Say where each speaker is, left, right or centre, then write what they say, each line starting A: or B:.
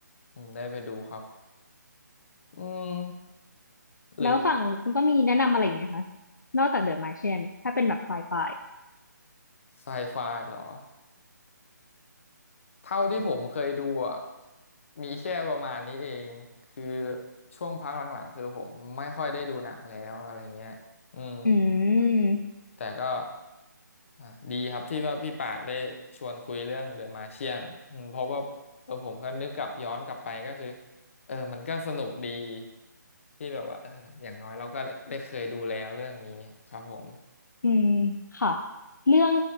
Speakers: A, on the left; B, on the left.
A: อืมได้ไปดูครับอืมหรือ
B: แล้วฝั่งคุณก็มีแนะนำอะไรอีกไหมคะนอกจากเดอะมาร์เชียนถ้าเป็นแบบไซไฟ
A: ไซไฟเหรอเท่าที่ผมเคยดูอ่ะมีแค่ประมาณนี้เอง คือช่วงพักหลังๆ คือผมไม่ค่อยได้ดูหนังแล้วอะไรเงี้ยอืม
B: อืม
A: แต่ก็อ่ะดีครับที่ว่าพี่ปาดได้ชวนคุยเรื่องเดอะมาเชียนเพราะว่าเออผมก็นึกกลับย้อนกลับไปก็คือเออมันก็สนุกดีที่แบบว่าเอออย่างน้อยเราก็ได้เคยดูแล้วเรื่องนี้ครับผม
B: อืมค่ะเรื่อง